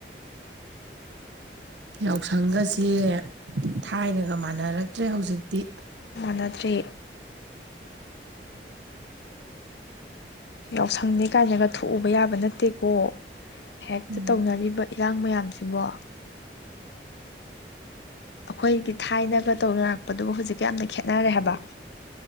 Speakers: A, on the right; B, on the left.
A: ꯌꯥꯎꯁꯪꯒꯁꯦ ꯊꯥꯏꯅꯒ ꯃꯥꯟꯅꯔꯛꯇ꯭ꯔꯦ ꯍꯧꯖꯤꯛꯇꯤ
B: ꯃꯥꯟꯅꯗ꯭ꯔꯦ ꯌꯥꯎꯁꯪꯅꯦ ꯀꯥꯏꯅꯒ ꯊꯣꯛꯎꯕ ꯌꯥꯕ ꯅꯠꯇꯦꯀꯣ ꯍꯦꯛꯇ
A: ꯎꯝ
B: ꯇꯧꯅꯔꯤꯕ ꯏꯔꯥꯡ ꯃꯌꯥꯝꯁꯤꯕꯣ ꯑꯩꯈꯣꯏꯒꯤ ꯊꯥꯏꯅꯒ ꯇꯧ ꯅꯔꯛꯄꯗꯨꯕꯨ ꯍꯧꯖꯤꯛꯀ ꯌꯥꯝꯅ ꯈꯦꯠꯅꯔꯦ ꯍꯥꯏꯕ